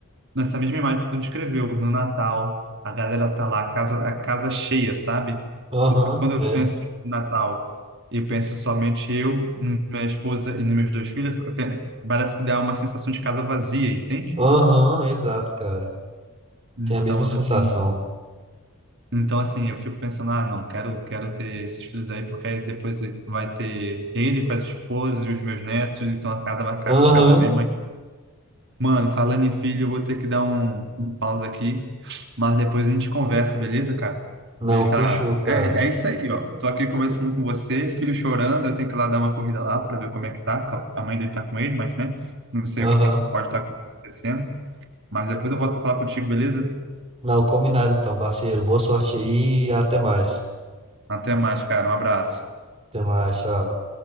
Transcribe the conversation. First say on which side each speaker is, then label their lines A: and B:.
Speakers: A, on the right; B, on the right.
A: nessa mesma imagem que tu descreveu, no Natal, a galera tá lá, a casa, a casa cheia, sabe?
B: Aham,
A: Porque quando
B: é.
A: eu penso tipo, no Natal e penso somente eu, n- minha esposa e nos meus dois filhos, eu pe- parece que dá uma sensação de casa vazia, entende?
B: Aham, exato, cara.
A: Então,
B: Tem a mesma sensação.
A: assim, Então, assim, eu fico pensando, ah, não, quero, quero ter esses filhos aí, porque aí depois vai ter ele com as esposas e os meus netos, então a casa vai ficar
B: Aham,
A: cada vez mais. Mano, falando em filho, eu vou ter que dar um, um pause aqui, mas depois a gente conversa, beleza, cara?
B: não,
A: Ele
B: fechou,
A: tá.
B: cara.
A: É, é isso aí, ó. Tô aqui conversando com você, filho chorando, eu tenho que ir lá dar uma corrida lá para ver como é que tá. Cla- A mãe dele tá com ele, mas, né? Não sei
B: Aham,
A: o que que pode estar acontecendo. Mas depois eu volto para falar contigo, beleza?
B: não, combinado então, parceiro. Boa sorte aí e até mais.
A: Até mais, cara. Um abraço.
B: Até mais, tchau.